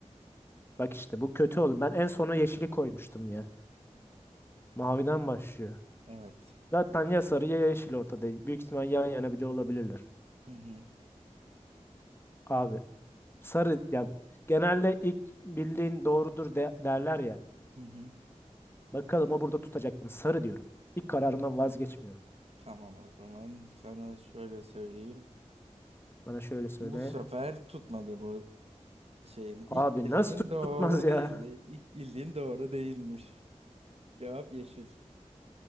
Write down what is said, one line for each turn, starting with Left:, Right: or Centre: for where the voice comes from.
Left: bak işte bu kötü oldu. Ben en sona yeşili koymuştum ya. Maviden başlıyor.
Right: Evet.
Left: Zaten ya sarı ya yeşil ortada. Büyük ihtimal yan yana bile olabilirler.
Right: Hı hı.
Left: Abi Sarı ya genelde ilk bildiğin doğrudur de- derler ya.
Right: Hı hı.
Left: Bakalım o burada tutacak mı? Sarı diyorum. İlk kararımdan vazgeçmiyorum.
Right: Tamam o zaman sana şöyle söyleyeyim.
Left: Bana şöyle söyle.
Right: Bu sefer tutmadı bu şeyin.
Left: Abi
Right: İlk bildiğin
Left: nasıl tut-
Right: doğru
Left: tutmaz ya?
Right: değildi. İlk bildiğin doğru değilmiş. Cevap yeşil.